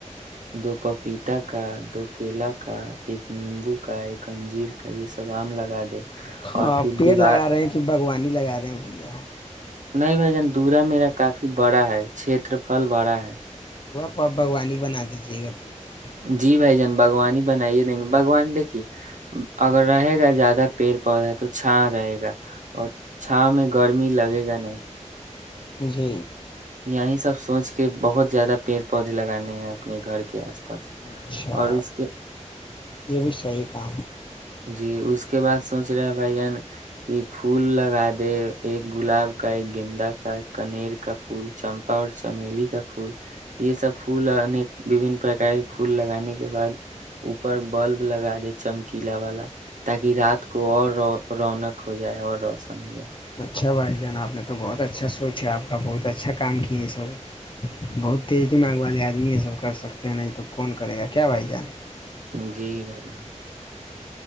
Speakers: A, on the right (about 80°); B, on the left (about 40°).
A: دو پپیتا کا دو کیلا کا ایک نیمبو کا ایک انجیر کا کا یہ سب آم لگا
B: ہاں
A: پھر
B: پیڑ
A: دیوار
B: لگا رہے ہیں کہ باگوانی لگا رہے ہیں بھیا
A: نہیں بھائی جان دورا میرا کافی بڑا ہے چھیت پر پل بڑا ہے
B: اور بھوانی ہی بنا دیجیے گا پورا
A: جی بھائی جان باغوانی بنائیے دیں گے بگوان دیکھیے اگر رہے گا زیادہ پیڑ پودا تو چھا رہے گا اور چھا میں گرمی لگے گا نہیں
B: جی
A: یہیں سب سوچ کے بہت زیادہ پیڑ پودے لگانے ہیں اپنے گھر کے آس پاس
B: اچھا
A: اور اس کے
B: یہ بھی صحیح کام
A: جی اس کے بعد سوچ رہا بائھی جان کہ پھول لگا دے ایک گلاب کا ایک گینندا کا ایک کنیر کا پھول چمپا اور چمیلی کا پھول یہ سب پھول انیک وبن پرک کے پھول لگانے کے بعد اوپر بلب لگا دے چمکی پیلا والا تاکہ رات کو اور ر رونق ہو جائے اور روشن ہو جائے
B: اچھا بھائی جان آپ نے تو بہت اچھا سوچ ہے آپ کا بہت اچھا کام کیا ہے یہ سب بہت تیز دماغ والے آدمی یہ سب کر سکتے ہیں نہیں تو کون کرے گا کیا بھائی جان
A: جی بھائی